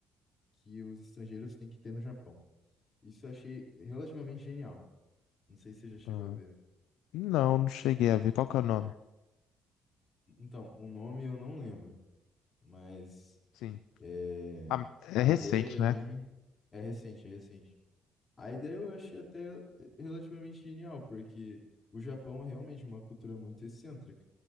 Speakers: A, on the left; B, on the left.
A: que os estrangeiros têm que ter no Japão. Isso eu achei relativamente genial. Não sei se você já chegou
B: aham.
A: a ver.
B: Não, não cheguei a ver. Qual que é o nome?
A: Então, o nome eu não lembro, mas
B: Sim.
A: é,
B: Ah, é
A: a
B: recente,
A: ideia do anime
B: né?
A: é recente, é recente. A ideia eu achei até relativamente genial, porque o Japão é realmente uma cultura muito excêntrica.